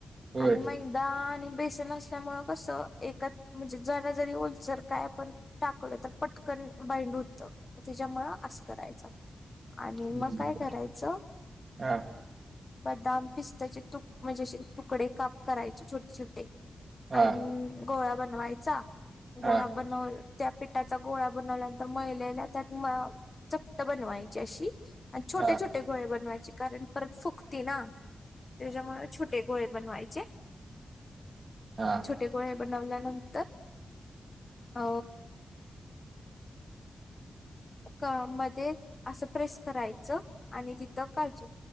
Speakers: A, on the right; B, on the left.
A: होय
B: आणि मैदा आणि बेसन अस त्यामुळे कस एकच म्हणजे जरा जरी ओलसर जर काय आपण टाकल तर पटकन बाइंड होत त्याच्यामुळ अआस करायच. आणि मग
A: हम्म
B: काय करायच.
A: हा
B: बदाम पिस्ताचे तुक म्हणजे तुकडे काप करायचे छोटे छोटे.
A: हा
B: आणि गोळा बनवायचा
A: हा
B: गोळा बनऊन त्या पिठाचा गोळा बनवल्यानंतर मळलेला त्यात म चपट बनवायची अशी आणि छोटे
A: हा हा
B: छोटे गोळे बनवायचे कारण परत फुगती ना त्याच्यामुळे छोटे गोळे बनवायचे.
A: हां
B: छोटे गोळे बनवल्यानंतर अ क मध्ये अस प्रेस करायचं आणि तिथ काजु